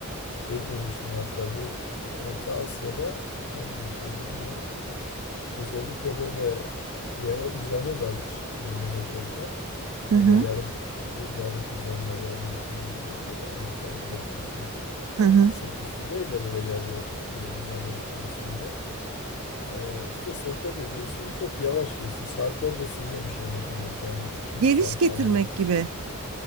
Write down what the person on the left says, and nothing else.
Şey duymuştum hatta bu Orta Asya'da hangi ülkeyi bilmiyorum. Özellikle böyle yere uzanırlarmış yani yemek yerken.
Böyle yarım e, yarım uzanma, yarım oturma gibi oluyor ya. Ayakları uzatıyorsun.
Sırt üstü değil de böyle yarı e, uzanır pozisyonda. E, işte sohbet ediyorsun. Çok yavaş yiyorsun. Saatlerce sürüyormuş yemek yemek. Yani iki üç
saat
falan